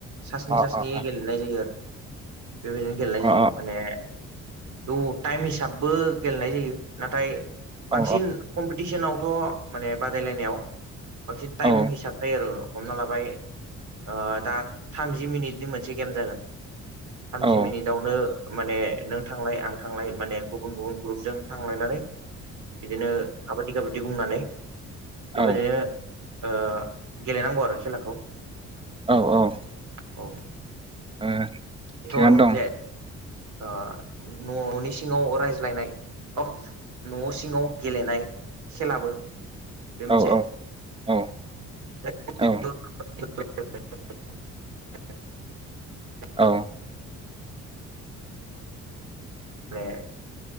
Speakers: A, on the right (about 80°); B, on the right (about 20°).
A: सास्नि
B: अ
A: सास्नि
B: अ
A: गेलेनाय जायो आरो बेबायदिनो गेलेनाय
B: अ
A: जायो माने टाइम हिसाबबो गेलेनाय जायो नाथाय
B: अ
A: बांसिन
B: औ
A: कम्पिटिसनावथ' माने बादायलायनायाव बांसिन टाइम
B: औ
A: हिसाब थायो आरो हमना लाबाय ओ दा थामजि मिनिटनि मोनसे गेम जागोन। थामजि
B: औ
A: मिनिटावनो माने नों थांलाय आं थांला--य माने गुबुन गुबुन ग्रुपजों थांलायनानै बिदिनो काबादि काबादि बुंनानै बेबायदिनो
B: औ
A: ओ गेलेनांगौ आरो खेलाखौ।
B: औव औव।
A: औ
B: ओ
A: बेथ'
B: थिगानो
A: आरो मोनसे
B: दं
A: ओ न'नि सिंङाव रायज्लायनाय अ न' सिंङाव गेलेनाय खेलाबो बे मोनसे।
B: औ औ औ
A: <unintelligible>
B: औ औव
A: माने